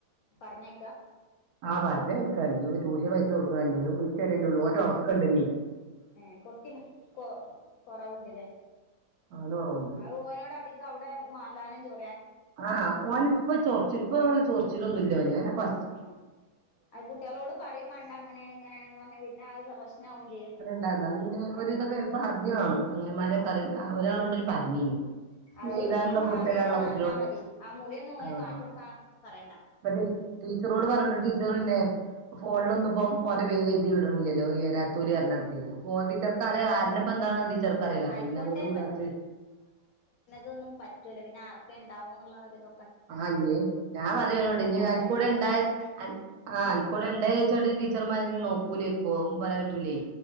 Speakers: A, on the left; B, on the right.
A: പറഞ്ഞെ
B: ആ പറഞ്ഞയക്ക ഇനിയിപ്പോ ട്യൂഷന് പൈസ കൊടുക്കണല്ലോ ഉച്ച വരയല്ലേള്ളു ഓന്റെ ഓണക്കൊണ്ടിന്നി
A: ഏഹ് പൊട്ടിം കൊ കൊറവുണ്ടല്ലേ
B: അവന് കുറവുണ്ട്
A: ആഹ് ഓനോട് അധികം അവിടെ മാന്താനും ചോ
B: ആഹ് ഓന് ഇപ്പം ചൊറിച്ചില് ഇപ്പൊ ചൊറിച്ചിലൊന്നുമില്ല ഓന് ഞാൻ അപ്പം
A: ആണോ അത് കുട്ടികളോട് പറയും വേണ്ട അങ്ങനെയാണ് ഇങ്ങനെയാണന്ന് പറഞ്ഞ പിന്നെ അത് പ്രശ്നാവും ചെയ്യും
B: ഇ എന്നാലും പിന്നെ
A: ആര്
B: ഒരിതൊക്കെ പറഞ്ഞ് കാണും ചങ്ങായിമാരെക്കെ
A: മ
B: അറി ഒരാളോട് പറഞ്ഞീനി <unintelligible>
A: അത് ആ മാറീണ്ന്ന് അറിഞ്ഞാ ആ മുറിയൊന്നും ഓനെ
B: ആഹ്
A: കാണിച്ചു കൊടുക്കാൻ പറയണ്ട
B: ഇപ്പ ടീച്ചറോട് പറഞ്ഞിട്ട ടീച്ചർയില്ലെ ഫോണിലൊന്നും
A: ആഹ്
B: ഇപ്പം ഓന്റ് പേര് എഴുതി ലീവ് കിട്ടണല്ലോ ഈ ഒരു രാ തോലിക്കാരണം അ പോണ്ടികാർക്ക്
A: ആഹ് ആഹ്
B: അറിയ ആനപ്പന്തയാണ് ചെറുകരയിലെ അപ്പെ
A: ആയിക്കോട്ടെ
B: പിന്നെ അതുകൊണ്ട് വീടാത്തെ
A: ന്നും പറ്റൂല്ല പിന്നെ ആർക്കെ ഉണ്ടാവും എന്നുള്ള ഒരിത്
B: ആ ഞാൻ പറയോട് അനക്ക്
A: പറയാതെക്കാന്നറിയാ
B: കൂടെണ്ടായ ആ അനക്ക് കൂടെ ഉണ്ടായ ചടുന്തി ടിചെർമാര് ഞ്ഞ് നോക്കൂലേക്കും ഇപ്പോഴും പറയാൻ പറ്റൂലേ